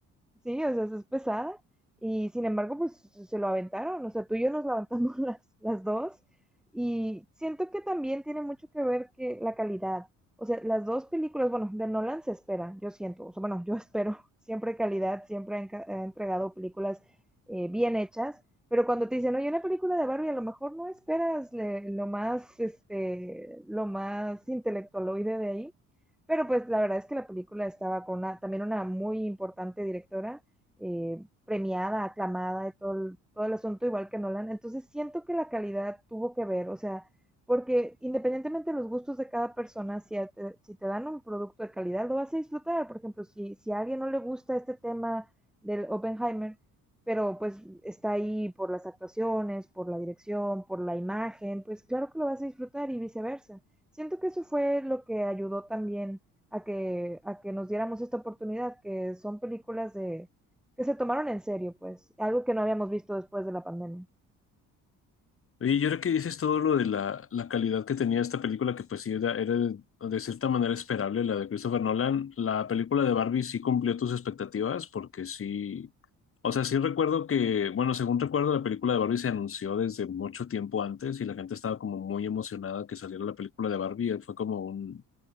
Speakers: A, in the centre; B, on the left.
A: Sí, o sea, es pesada. Y sin embargo, pues se lo aventaron. O sea, tú y yo nos levantamos <laughs> las, las dos. Y siento que también tiene mucho que ver que la calidad. O sea, las dos películas, bueno, de Nolan se espera, yo siento. O sea, bueno, yo espero <laughs> siempre calidad, siempre ha enca- ha entregado películas eh, bien hechas. Pero cuando te dicen, oye, una película de Barbie, a lo mejor no esperas le- lo más, este, lo más intelectualoide de ahí. Pero pues la verdad es que la película estaba con una- también una muy importante directora, eh, premiada, aclamada, de todo el, todo el asunto, igual que Nolan. Entonces siento que la calidad tuvo que ver, o sea, porque independientemente de los gustos de cada persona, si a te, si te dan un producto de calidad, lo vas a disfrutar. Por ejemplo, si, si a alguien no le gusta este tema del Oppenheimer, pero pues está ahí por las actuaciones, por la dirección, por la imagen, pues claro que lo vas a disfrutar y viceversa. Siento que eso fue lo que ayudó también a que, a que nos diéramos esta oportunidad, que son películas de, que se tomaron en serio, pues, algo que no habíamos visto después de la pandemia.
B: Y yo creo que dices todo lo de la, la calidad que tenía esta película, que pues sí era, era de, de cierta manera esperable, la de Christopher Nolan. La película de Barbie sí cumplió tus expectativas, porque sí, o sea, sí recuerdo que, bueno, según recuerdo, la película de Barbie se anunció desde mucho tiempo antes y la gente estaba como muy emocionada que saliera la película de Barbie. Fue como un,